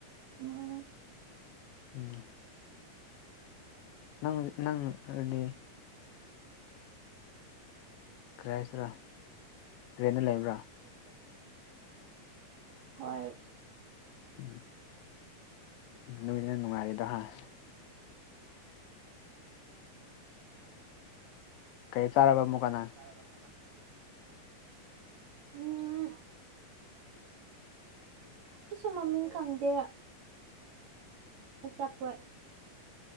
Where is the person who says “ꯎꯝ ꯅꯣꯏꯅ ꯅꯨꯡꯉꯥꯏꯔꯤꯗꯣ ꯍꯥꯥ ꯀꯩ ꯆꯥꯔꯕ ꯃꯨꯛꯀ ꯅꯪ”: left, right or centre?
Left